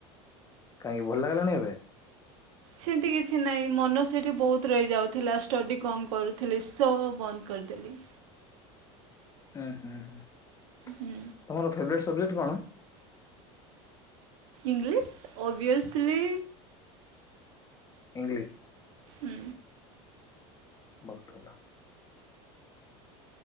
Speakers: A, on the left; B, on the right.
A: କାହିଁକି ଭଲ ଲାଗିଲାନି ଏବେ?
B: ସେମତି କିଛି ନାହିଁ ମନ ସେଇଠି ବହୁତ ରହିଯାଉଥିଲା ଷ୍ଟଡି କମ କରୁଥିଲି ସୋ ବନ୍ଦ କରିଦେଲି।
A: ଉଁ ହୁଁ ହୁଁ।
B: ହୁଁ
A: ତମର ଫେବରେଟ୍ ସବଜେକ୍ଟ କଣ?
B: English obviously
A: English.
B: ଉଁ।
A: ବହୁତ ଭଲ।